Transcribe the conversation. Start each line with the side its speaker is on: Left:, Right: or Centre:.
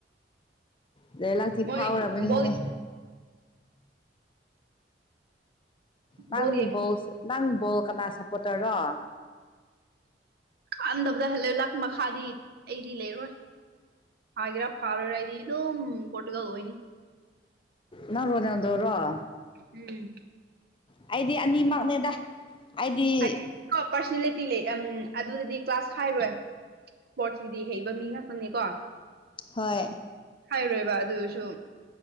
Left: ꯑꯗꯩ ꯂꯥꯛꯛꯇꯤ
Right: ꯃꯣꯏ
Left: ꯐꯥꯎꯔꯕꯅꯤꯅꯦ
Right: ꯕꯣꯜ
Left: ꯅꯪ
Right: ꯕꯣꯜ ꯌꯦꯡꯕ
Left: ꯣꯁ ꯅꯪ ꯣ ꯀꯅꯥ ꯁꯄꯣꯠꯇꯔꯣ
Right: ꯀꯥꯟꯟꯗꯕꯗ ꯍꯂ ꯂꯥꯛ ꯃꯈꯥꯗꯤ ꯑꯩꯗꯤ ꯂꯩꯔꯣꯏ ꯍꯥꯏꯒꯦꯔꯥ ꯐꯥꯔꯣꯏꯔ ꯑꯩꯗꯤ ꯑꯗꯨꯝ ꯄꯣꯔꯇꯨꯒꯜ ꯑꯣꯏꯅꯤ
Left: ꯅ ꯄꯗꯗꯣ ꯔꯨꯚ
Right: ꯎꯝ
Left: ꯑꯩꯗꯤ ꯑꯅꯤꯃꯛꯅꯦꯗ ꯑꯩꯗꯤ
Right: ꯍ ꯑꯣꯄꯔꯆꯅꯂꯤꯇꯤ ꯂꯩ ꯑꯗꯨꯗꯗꯤ ꯀ꯭ꯂꯥꯁ ꯈꯥꯏꯔꯣꯏ ꯏꯁꯄꯣꯔꯠꯀꯤꯗꯤ ꯍꯩꯕ ꯃꯤ ꯉꯥꯛꯇꯅꯤꯀꯣ
Left: ꯍꯣꯏ
Right: ꯍꯥꯏꯔꯣꯏꯕ ꯑꯗꯨꯁꯨ